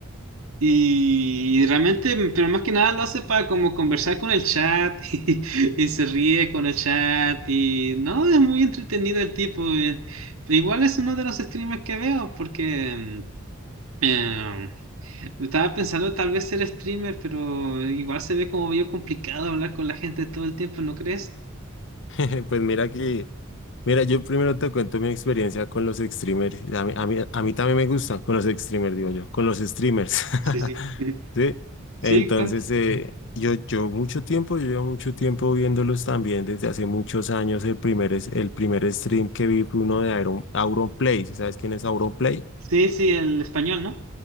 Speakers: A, on the right; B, on the left.
A: y realmente, mm, pero más que nada lo hace para como conversar con el chat <laughs> y, y se ríe con el chat y no, es muy entretenido el tipo. eh. Igual es uno de los streamers que veo porque... eh, estaba pensando tal vez ser streamer, pero igual se ve como medio complicado hablar con la gente todo el tiempo, ¿no crees?
B: <laughs> Pues mira que, mira, yo primero te cuento mi experiencia con los streamers. A mí, a mí, a mí también me gustan con los streamers, digo yo, con los streamers. <laughs>
A: Sí, sí. <laughs>
B: ¿Sí?
A: Sí,
B: Entonces,
A: cuenta.
B: eh, yo, yo mucho tiempo, yo llevo mucho tiempo viéndolos también desde hace muchos años. El primer, es- el primer stream que vi fue uno de Auron, Auronplay. ¿Sí ¿Sabes quién es Auronplay?
A: Sí, sí, el español, ¿no?